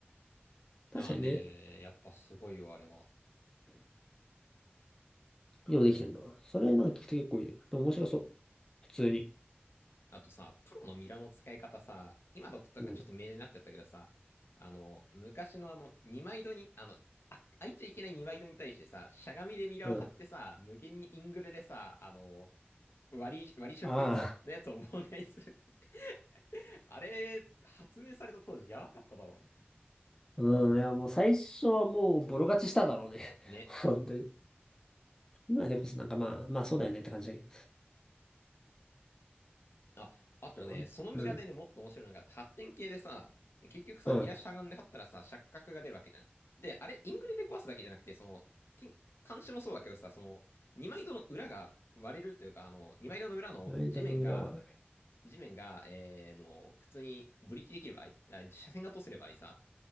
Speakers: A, on the left (about 15°); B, on the left (about 75°).
A: 確かにね。
B: いやね、やっぱすごいよ、あれは。
A: よできてんな。それなんか聞くと結構いい。でも面白そう。普通に。
B: あとさ、プロのミラの使い方さ、今だとなんかちょっと明示になっちゃったけどさ、
A: うん。
B: あの、昔のあの、二枚戸に、あの、あ、開いちゃいけない二枚戸に対してさ、しゃがみでミラを張ってさ、
A: うん。
B: 無限にイングレでさ、あの、割り、割り食のやつを妨害するって。
A: あ
B: <laughs> あれ、発明された当時やばかっただろうね。
A: あ。うん。いや、もう最初はもうボロ勝ちしただろうね。
B: ね。
A: <laughs> 本当に。今でこそなんかまあ、まあそうだよねって感じだけ
B: あ、あとね、
A: ど。
B: そのミラでね、
A: うん。
B: もっと面白いのが、発展系でさ、結局さ、
A: うん。
B: ミラしゃがんで張ったらさ、錯覚が出るわけじゃん。で、あれ、イングレで壊すだけじゃなくて、その、金監視もそうだけどさ、その、二枚戸の裏が割れるというか、あの、二枚戸の裏の地面が、
A: マインドの裏はあれ
B: 地面が、えーの、普通にブリキできる場合、あ車線が通せる場合さ、